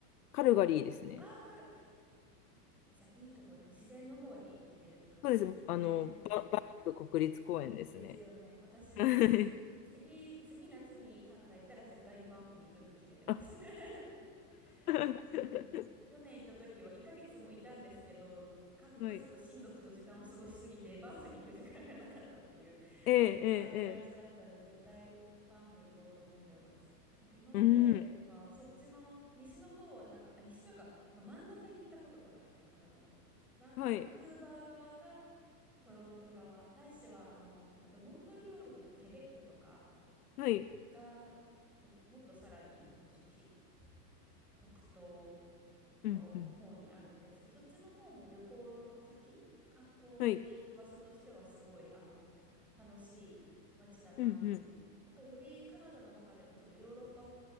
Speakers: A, on the left (about 65°); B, in the centre.
A: カルガリーですね。
B: ああーカルじゃあいいとこですね自然の方に行ってるって感じですよね
A: そうです。あの、バ、バンフ国立公園ですね。
B: ですよね私つ次次夏にカナダ行ったら絶対にバンフに行くって決めてます
A: はいあ
B: <laughs>
A: <laughs>
B: そうなんです。去年行った時は1ヶ月もいたんですけど、か、家族、
A: はい。
B: 親族と時間を過ごしすぎて、バンフに行く時間がなかったっていう
A: ええ、
B: <laughs>
A: ええ、
B: あの感じだったんで、絶対バンフ行こうと思ってます。なんか今までは、
A: ええ。うん。
B: そっちの、西の方はなんか、あ、西というか、ま、真ん中に行ったことがなくて、カナダの。バン、
A: はい。
B: バンクーバー側か、トロント側、ないしは、あの、あとモントリオールとかケベックとか
A: はい。
B: が、ももっとさらに、なんでしょう、ひ、北東の方にあるんですけど、
A: うん、うん。
B: そっちの方も旅行の先、観光で行く場所としてはすごい、
A: はい。
B: あの、楽しい街だなっていう。
A: うん、うん。
B: なんかよりカナダの中でもちょっとヨーロッパっ